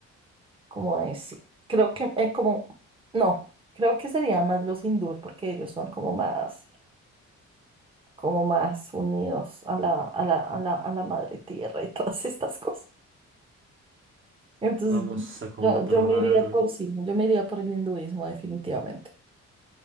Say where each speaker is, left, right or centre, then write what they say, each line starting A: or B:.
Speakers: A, on the right; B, on the right.
A: como de sí. Creo que eh, como, no, creo que serían más los hindúes, porque ellos son como más como más unidos a la, a la, a la, a la madre tierra y <laughs> todas estas cosas. Entonces,
B: Vamos
A: yo,
B: a comprobar.
A: yo yo me iría por sí, yo me iría por el hinduismo definitivamente.